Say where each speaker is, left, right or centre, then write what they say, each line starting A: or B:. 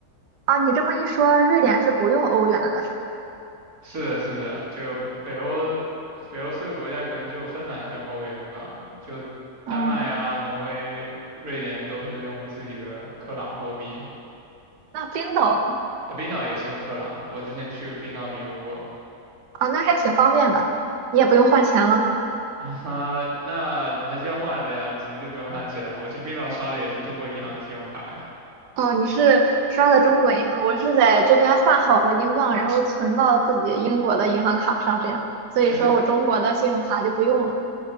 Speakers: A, on the right (about 85°); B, on the right (about 60°).
A: 啊，你这么一说，瑞典是不用欧元的，是吧？
B: 是的，是的，就北北欧，北欧四个国家可能只有芬兰是用欧元的吧，就丹麦啊、
A: 嗯，
B: 挪威、瑞典都是用自己的克朗货币，
A: 那冰岛呢？
B: 啊，冰岛也是用克朗，我之前去冰岛旅游过，
A: 啊，那还挺方便的，你也不用换钱了。
B: 啊，那还是要换的呀，怎么就不用换钱了？我去冰岛刷的也是中国银行的信用卡呀。
A: 哦，你是刷的中国银行，我是在这边换好了英镑，然后存到自己英国的银行卡上，这样，所以说我中国的信用卡就不用了。
B: 其实